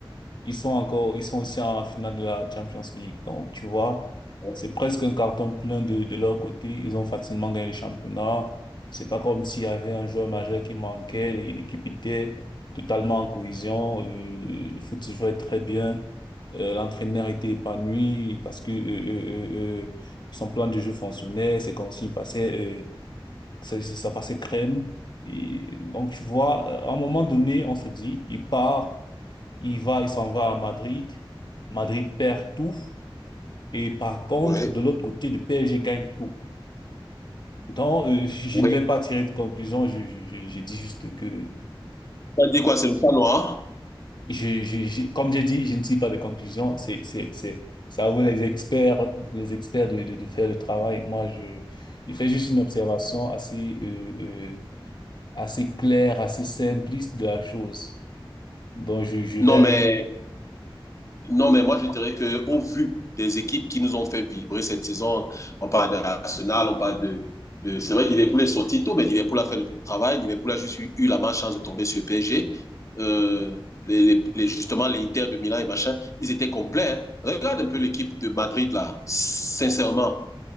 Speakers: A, on the left; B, on the left.
A: ils sont encore, ils sont aussi en finale de la Champions League. Donc, tu vois,
B: Oui,
A: c'est presque un carton plein de, de leur côté. Ils ont facilement gagné le championnat. C'est pas comme s'il y avait un joueur majeur qui manquait. L'é- L'équipe était totalement en cohésion. Euh, Le foot se jouait très bien. Euh, L'entraîneur était épanoui parce que euh, euh, euh, euh, son plan de jeu fonctionnait. Ses consignes passaient ça, ça ça passait crème. Et donc, tu vois, euh, à un moment donné, on se dit, il part, il va, il s'en va à Madrid. Madrid perd tout. Et par contre,
B: oui.
A: de l'autre côté, le PSG gagne tout. Donc, euh, je, je
B: ouais.
A: ne vais pas tirer de conclusion. Je, je, je, je dis juste que,
B: Ça dit quoi, c'est le chat noir?
A: je, je, je- comme j'ai dit, je ne tire pas de conclusion. C'est, c'est, c'est, ça vaut les experts, les experts de, de, de faire le travail. Moi, je, je fais juste une observation assez, euh, euh, assez clair, assez simpliste de la chose. Donc, je, je
B: Non,
A: verrai.
B: mais Non, mais moi, je dirais que au vu des équipes qui nous ont fait vibrer cette saison, on parle de Arsenal, on parle de, de... c'est vrai, Liverpool est sorti tôt, mais Liverpool a fait le travail. Liverpool a juste eu, eu la malchance de tomber sur le PSG. Euh, les, les, justement, les Inter de Milan et machin, ils étaient complets. Hein. Regarde un peu l'équipe de Madrid, là. Sincèrement,